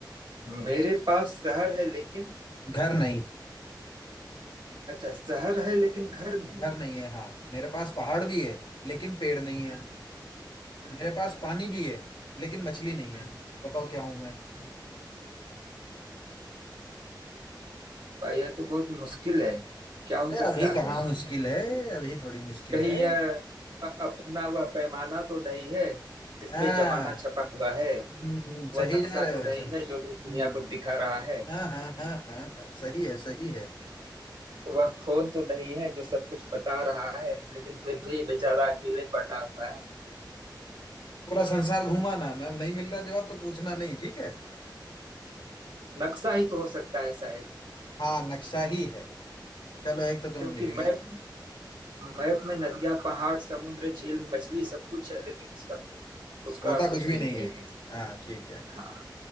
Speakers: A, on the right (about 80°); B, on the left (about 80°).
A: मेरे पास शहर है लेकिन
B: घर नहीं
A: अच्छा शहर है लेकिन घर नहीं
B: घर
A: है
B: नहीं है हाँ मेरे पास पहाड़ भी है लेकिन पेड़ नहीं है
A: हम्म, हम्म,
B: मेरे पास पानी भी है लेकिन मछली नहीं
A: हम्म,
B: है बताओ क्या हूं मैं
A: हम्म। भाई यह तो बहुत मुश्किल है क्या हो
B: अरे
A: सकता
B: अभी कहाँ
A: है
B: मुश्किल है अभी थोड़ी मुश्किल
A: कहीं
B: है
A: यह अ- अपना वह पैमाना तो नहीं है जिसपे
B: हाँ
A: जमाना छपा हुआ है
B: हम्म, सही
A: वह नक्शा
B: जा रहे
A: तो
B: हो
A: नहीं
B: सर
A: है जो भी दुनिया
B: हम्म,
A: को दिखा रहा है
B: हाँ हाँ हाँ हाँ हाँ, सही है सही है
A: वह फोन तो नहीं है जो सब कुछ बता रहा है लेकिन फिर भी बेचारा अकेले पड़ा हुआ है
B: पूरा संसार घूमाना ना नहीं मिल रहा जवाब तो पूछना नहीं ठीक है
A: नक्शा ही तो हो सकता है शायद
B: हाँ नक्शा ही है चलो एक तो तुम्हें
A: क्योंकि
B: मिल
A: मैप
B: गया
A: मैप में नदियां पहाड़ समुद्र झील मछली सब कुछ है लेकिन उसका कु- उसका
B: होता
A: कुछ
B: कुछ
A: भी
B: भी नहीं
A: नहीं
B: है
A: है
B: हाँ ठीक है
A: हाँ